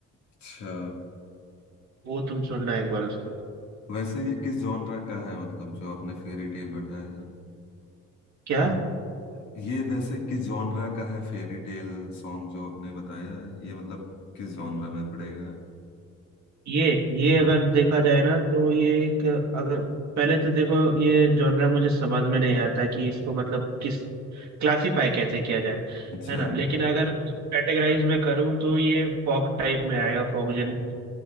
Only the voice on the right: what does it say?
वो तुम सुनना एक बार उसको
क्या
ये ये अगर
देखा जाए ना तो ये एक अगर पहले तो देखो ये जॉनर मुझे समझ में नहीं आता कि इसको मतलब किस क्लासिफाई कैसे किया जाए
है ना
लेकिन अगर कैटेगराइज में करूँ तो ये फॉक टाइप में आएगा फॉक जन